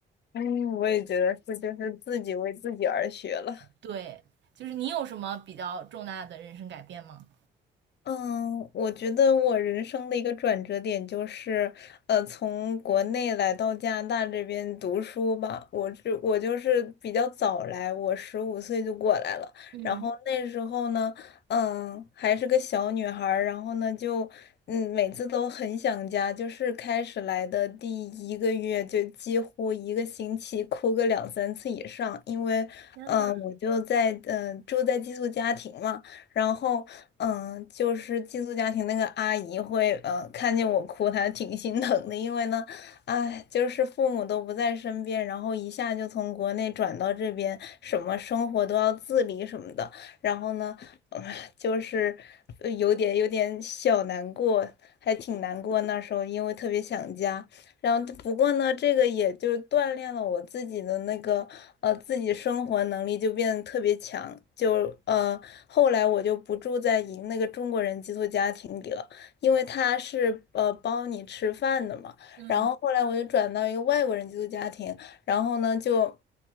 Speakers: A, on the left (about 60°); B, on the right (about 65°).
A: 嗯，我也觉得是，就是自己为自己而学了。
B: 对，就是你有什么比较重大的人生改变吗？
A: 嗯，我觉得我人生的一个转折点就是，呃，从国内来到加拿大这边读书吧。我就我就是比较早来，我十五岁就过来了。
B: 嗯
A: 然后那时候呢，嗯，还是个小女孩儿。然后呢，就嗯，每次都很想家。就是开始来的第一个月，就几乎一个星期哭个两三次以上，因为，
B: 天呐，
A: 嗯，我就在嗯、呃住在寄宿家庭嘛。然后嗯，就是寄宿家庭那个阿姨会，呃，看见我哭，她挺心疼的，因为呢，哎，就是父母都不在身边，然后一下就从国内转到这边，什么生活都要自理什么的，然后呢，嗯就是呃有点有点小难过，还挺难过。那时候因为特别想家。然后不过呢，这个也就锻炼了我自己的那个呃自己生活能力，就变得特别强。就呃后来我就不住在一那个中国人寄宿家庭里了，因为他是呃包你吃饭的嘛。
B: 嗯，
A: 然后后来我就转到一个外国人寄宿家庭，然后呢就。